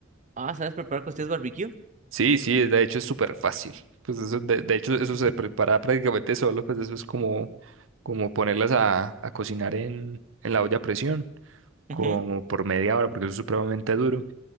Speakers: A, on the right; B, on the right.
A: Ah, ¿sabes preparar costillas barbecue?
B: Sí, sí, de hecho es súper fácil. Pues eso, de, de hecho, eso
A: <laughs>
B: se prepara prácticamente solo, pues eso es como, como ponerlas a, a cocinar en, en la olla a presión, como
A: Ujú.
B: por media hora, porque eso es supremamente duro.